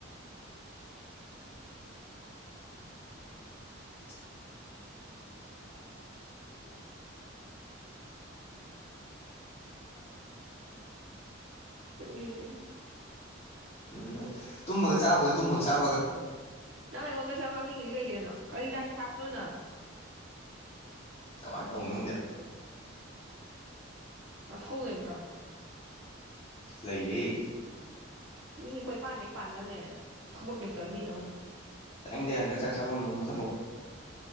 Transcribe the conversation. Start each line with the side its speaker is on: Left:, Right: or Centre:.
Left: <unintelligible> <unintelligible>
Right: ꯇꯨꯝꯅꯤꯡꯉꯦ
Left: ꯊ ꯇꯨꯝꯕꯒ ꯆꯥꯕꯒ ꯇꯨꯝꯕꯒ ꯆꯥꯕꯒ
Right: ꯅꯪ ꯑꯩꯉꯣꯟꯗ ꯁꯪ ꯉꯥꯎꯅꯤꯡꯉꯤꯁꯁꯤ ꯀꯩꯒꯤꯅ ꯅꯪ ꯀꯔꯤꯗꯥꯏꯅ ꯁꯥꯥꯛꯄꯅꯣꯅ
Left: ꯀꯃꯥꯏꯅ ꯇꯧꯅꯣ ꯅꯪꯗꯤ
Right: ꯃꯊꯧ ꯂꯩꯕ꯭ꯔꯣ
Left: ꯂꯩꯌꯦ
Right: ꯃꯤꯈꯣꯏ ꯄꯥꯟꯗꯩ ꯄꯥꯟꯅꯍꯜꯂꯦꯅ ꯊꯕꯛ ꯂꯩꯇꯕ ꯃꯤꯗꯧꯅ
Left: ꯍꯪꯗ ꯍꯟꯗꯛ ꯆꯥꯛ ꯆꯥꯐꯝ ꯑꯃꯨꯛ ꯈꯜꯂꯣ